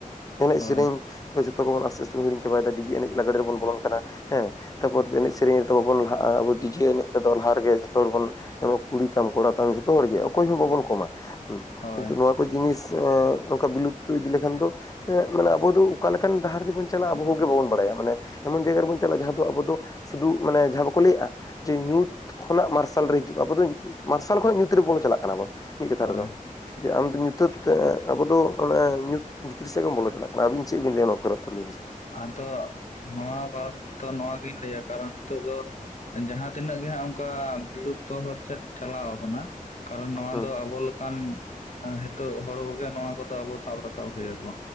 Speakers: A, on the left (about 25°); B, on the left (about 55°).
A: ᱮᱱᱮᱡ
B: ᱦᱳᱭ
A: ᱥᱮᱨᱮᱧ ᱠᱚ ᱡᱚᱛᱚ ᱠᱚᱵᱚᱱ ᱟᱥᱛᱮ ᱟᱥᱛᱮ ᱵᱚᱱ ᱦᱤᱲᱤᱧ ᱪᱟᱵᱟᱭᱫᱟ ᱰᱤᱡᱮ ᱮᱱᱮᱡ ᱞᱟᱜᱲᱽᱮ ᱨᱮᱵᱚᱱ ᱵᱚᱞᱚᱱ ᱠᱟᱱᱟ ᱦᱮᱸ, ᱛᱟᱨᱯᱚᱨ ᱮᱱᱮᱡ ᱥᱮᱨᱮᱧ ᱨᱮᱫᱚ ᱵᱟᱵᱚᱱ ᱞᱟᱦᱟᱜᱼᱟ ᱟᱵᱚ ᱰᱤᱡᱮ ᱮᱱᱮᱡ ᱨᱮᱫᱚ ᱞᱟᱦᱟ ᱨᱮᱜᱮ ᱡᱚᱛᱚ ᱦᱚᱲ ᱵᱚᱱ ᱠᱩᱲᱤ ᱛᱟᱢ ᱠᱚᱲᱟ ᱛᱟᱢ ᱡᱚᱛᱚ ᱦᱚᱲᱜᱮ ᱚᱠᱚᱭ ᱦᱚᱸ ᱵᱟᱵᱚᱱ ᱠᱚᱢᱟ᱾ ᱦᱩᱸ
B: ᱦᱳᱭ
A: ᱠᱤᱱᱛᱩ ᱱᱚᱣᱟ ᱠᱚ ᱡᱤᱱᱤᱥ ᱮᱸ ᱚᱱᱠᱟ ᱵᱤᱞᱩᱯᱛᱚ ᱤᱫᱤ ᱞᱮᱠᱷᱟᱱ ᱫᱚ ᱮᱸ ᱢᱟᱱᱮ ᱟᱵᱚ ᱫᱚ ᱚᱠᱟ ᱞᱮᱠᱟᱱ ᱰᱟᱦᱟᱨ ᱛᱮᱵᱚᱱ ᱪᱟᱞᱟᱜᱼᱟ ᱟᱵᱚ ᱠᱚ ᱜᱮ ᱵᱟᱵᱚᱱ ᱵᱟᱰᱟᱭᱟ ᱢᱟᱱᱮ, ᱮᱢᱚᱱ ᱡᱟᱭᱜᱟ ᱨᱮᱵᱚᱱ ᱪᱟᱞᱟᱜᱼᱟ ᱡᱟᱦᱟᱸ ᱫᱚ ᱟᱵᱚ ᱫᱚ ᱥᱩᱫᱷᱩ ᱢᱟᱱᱮ ᱡᱟᱦᱟᱸ ᱵᱟᱠᱚ ᱞᱟᱹᱭᱮᱜᱼᱟ ᱡᱮ ᱧᱩᱛ ᱠᱷᱚᱱᱟᱜ ᱢᱟᱨᱥᱟᱞ ᱨᱮ ᱦᱤᱡᱩᱜᱼᱟ ᱟᱵᱚ ᱫᱚ ᱢᱟᱨᱥᱟᱞ ᱠᱷᱚᱱᱟᱜ ᱧᱩᱛ ᱨᱮᱵᱚᱱ ᱪᱟᱞᱟᱜ ᱠᱟᱱᱟᱵᱚᱱ᱾ ᱢᱤᱫ ᱠᱟᱛᱷᱟ
B: ᱦᱳᱭ
A: ᱨᱮᱫᱚ ᱡᱮ ᱟᱢᱫᱚ ᱧᱩᱛᱟᱹᱛᱮ ᱟᱵᱚ ᱫᱚ ᱚᱱᱮ ᱧᱩᱛ ᱵᱷᱤᱛᱨᱤ ᱥᱮᱜ ᱵᱚᱱ ᱵᱚᱞᱚ ᱪᱟᱞᱟᱜ ᱠᱟᱱᱟ ᱟᱵᱤᱱ ᱪᱮᱜ ᱵᱤᱱ ᱞᱟᱹᱭᱟ ᱱᱚᱭᱟ ᱵᱟᱨᱮᱛᱮ ᱞᱟᱹᱭᱢᱮ?
B: ᱟᱫᱚ ᱱᱚᱣᱟ ᱠᱟᱨᱚᱱ ᱫᱚ ᱱᱚᱣᱟ ᱜᱤᱧ ᱞᱟᱹᱭᱟ ᱠᱟᱨᱚᱱ ᱱᱤᱛᱚᱜ ᱫᱚ ᱡᱟᱦᱟᱸ ᱛᱤᱱᱟᱹᱜ ᱜᱮ ᱦᱟᱸᱜ ᱚᱱᱠᱟ ᱵᱤᱞᱩᱯᱛᱚ ᱦᱚᱨ ᱥᱮᱜ ᱴᱷᱮᱞᱟᱣ ᱠᱟᱱᱟ, ᱠᱟᱨᱚᱱ ᱱᱚᱣᱟ
A: ᱦᱩᱸ
B: ᱫᱚ ᱟᱵᱚ ᱞᱟ ᱱᱤᱛᱚᱜ ᱦᱚᱲ ᱠᱚᱜᱮ ᱱᱚᱣᱟ ᱠᱚᱫᱚ ᱟᱵᱚ ᱥᱟᱵ ᱨᱟᱠᱟᱵ ᱦᱩᱭ ᱟᱵᱚ,